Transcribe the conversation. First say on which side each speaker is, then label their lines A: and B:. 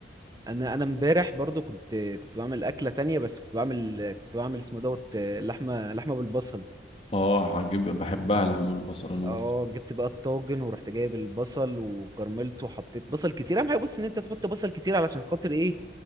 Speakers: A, on the right; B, on the left.
A: انا انا امبارح برضو كنت كنت بعمل اكله تانية بس كنت بعمل كنت بعمل اسمه دوت لحمه لحمه بالبصل
B: اه عجيب بحبها لحمة والبصل انا برضه
A: اه جبت بقى الطاجن ورحت جايب البصل وكرملته وحطيت بصل كتير اهم حاجه بص ان انت تحط بصل كتير علشان خاطر ايه